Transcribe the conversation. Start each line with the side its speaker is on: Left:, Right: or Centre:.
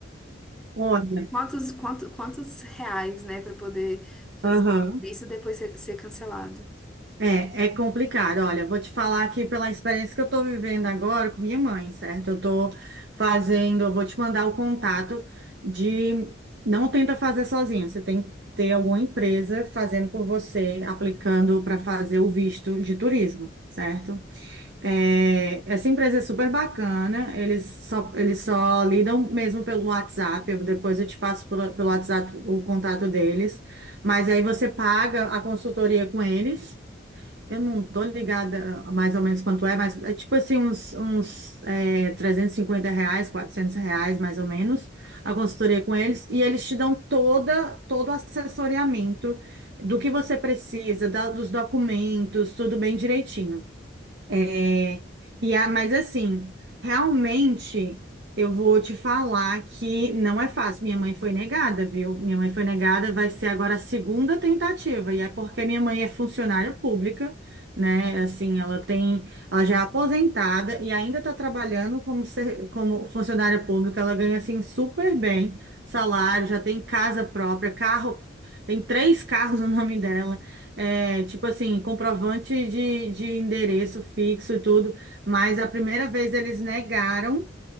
Right: Olha,
Centre: Quantos, quanto, quantos reais, né, para poder fazer
Right: Aham.
Centre: isso e depois ser, ser cancelado?
Right: é, é complicado. Olha, vou te falar aqui pela experiência que eu estou vivendo agora com minha mãe, certo? Eu estou fazendo, eu vou te mandar o contato de. Não tenta fazer sozinho, você tem que ter alguma empresa fazendo por você, aplicando para fazer o visto de turismo, certo? É, essa empresa é super bacana, eles só, eles só lidam mesmo pelo WhatsApp, eu- depois eu te passo pelo, pelo WhatsApp o contato deles, mas aí você paga a consultoria com eles, eu não tô ligada mais ou menos quanto é, mas é tipo assim uns, uns é, 350 reais, 400 reais mais ou menos, a consultoria com eles, e eles te dão toda, todo o assessoramento do que você precisa, da- dos documentos, tudo bem direitinho. É, e a, mas assim, realmente eu vou te falar que não é fácil. Minha mãe foi negada, viu? Minha mãe foi negada, vai ser agora a segunda tentativa, e é porque minha mãe é funcionária pública, né? Assim, ela tem, ela já é aposentada e ainda está trabalhando como, ser- como funcionária pública. Ela ganha assim super bem salário, já tem casa própria, carro, tem três carros no nome dela. É, tipo assim, comprovante de, de endereço fixo e tudo, mas a primeira vez eles negaram,